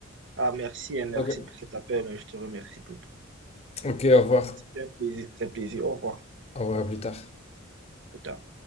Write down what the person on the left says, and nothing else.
Ok,
ok, au revoir.
Au revoir à plus tard.